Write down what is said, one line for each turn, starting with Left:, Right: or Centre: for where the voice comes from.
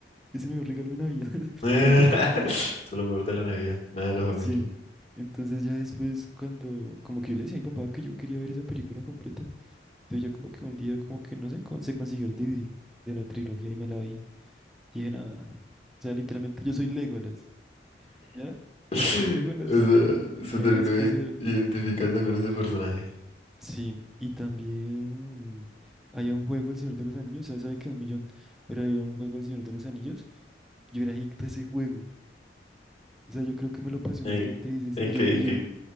Centre: Ese me regalo de Navidad.
Left: <laughs>
Centre: <laughs>
Left: Solo mejor de la Navidad, nada de la familia.
Centre: Sí. Entonces ya después cuando, como que yo le decía a mi papá que yo quería ver esa película completa. Entonces ya como que un día, como que no sé, con- se consiguió el DVD de la trilogía y me la vi. Y dije, nada. O sea, literalmente yo soy Legolas. ¿Ya?
Left: <laughs>
Centre: Soy Legolas.
Left: O sea, se
Centre: No
Left: terminó
Centre: hay más que
Left: ident-
Centre: hacer.
Left: identificando con ese personaje.
Centre: Sí. Y también había un juego El Señor de los Anillos. O sea, sabe que un millón, pero había un juego El Señor de los Anillos. Yo era adicto a ese juego. O sea, yo creo que me lo pasé
Left: Eh,
Centre: unas 20 veces
Left: ¿En,
Centre: y
Left: qué?
Centre: yo, y
Left: ¿En
Centre: yo
Left: qué?
Centre: im-